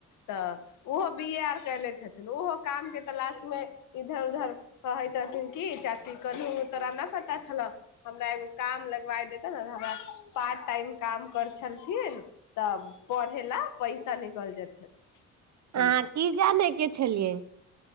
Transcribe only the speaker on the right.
अहाँ की जाने के छै छलियै